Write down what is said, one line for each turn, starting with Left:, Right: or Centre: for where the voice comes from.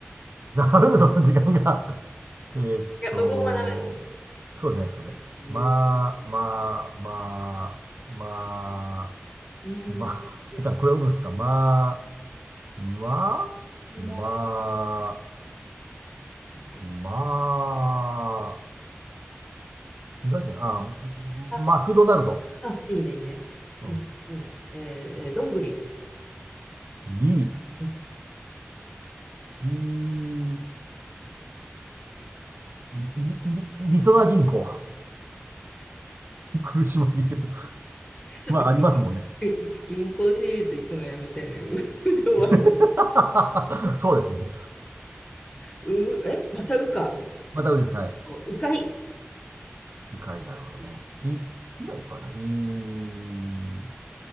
Right: あ、なるんですよ、その時間が。<laughs> えーっと、
Left: いや、無言はダメだから。
Right: そうですね、そうですね。
Left: じゅう
Right: まあ、まあ、まあ、ま
Left: その辺見て、
Right: あ、まあ、<laughs> いかん、これはうんですか。まあ、まあ、
Left: 見回す。
Right: まあ、
Left: なんか
Right: まあ、意外とね、あ、
Left: あ、
Right: マクドナルド。
Left: あ、いいね、いいね。
Right: うん
Left: うん、うん。えー、えーどんぐり。
Right: リ
Left: うん。
Right: D、りりりそな銀行。<laughs> 苦し紛れる。<laughs>
Left: ちょっと
Right: まあ、ありますもんね。
Left: 銀銀行シリーズ行くのやめてね。うう <laughs> で終わる。
Right: <laughs> そうですね。
Left: う、え、またうか。
Right: またうです。はい。
Left: うかい。
Right: 深い、なるほどね。
Left: うん
Right: い、いがいっぱいあるな。い、